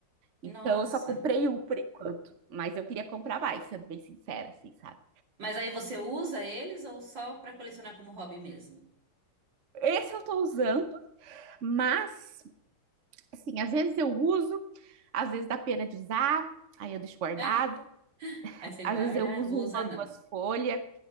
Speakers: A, on the right; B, on the right.
A: Então
B: Nossa.
A: eu só comprei um por enquanto, mas eu queria comprar mais, sendo bem sincera, assim, sabe?
B: Mas aí você usa eles ou só para colecionar como hobby mesmo?
A: Esse eu tô usando, mas, assim, às vezes eu uso, às vezes dá pena de usar, aí eu deixo guardado.
B: <laughs> Ah, aí você
A: Às
B: guarda,
A: vezes eu uso
B: ah, não vou usar
A: uma ou
B: não.
A: duas folhas